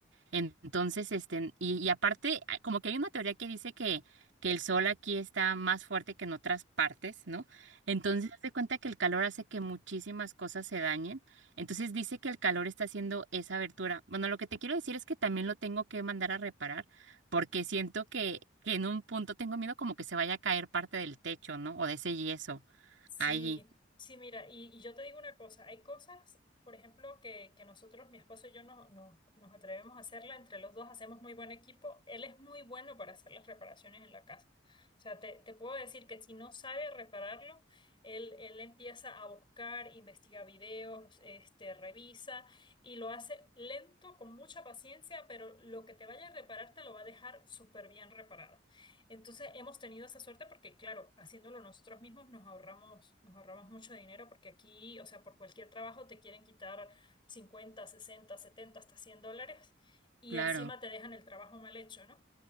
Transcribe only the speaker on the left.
Sí,
sí, mira, y, y yo te digo una cosa, hay cosas, por ejemplo, que, que nosotros, mi esposo y yo, no, no- nos atrevemos a hacerla, entre los dos hacemos muy buen equipo, él es muy bueno para hacer las reparaciones en la casa. O sea, te, te puedo decir que si no sabe repararlo, él, él empieza a buscar, investiga videos, este, revisa y lo hace lento, con mucha paciencia, pero lo que te vaya a reparar te lo va a dejar súper bien reparado. Entonces hemos tenido esa suerte porque, claro, haciéndolo nosotros mismos nos ahorramos, nos ahorramos mucho dinero porque aquí, o sea, por cualquier trabajo te quieren quitar cincuenta sesenta setenta hasta cien dólares y
encima te dejan el trabajo mal hecho, ¿no?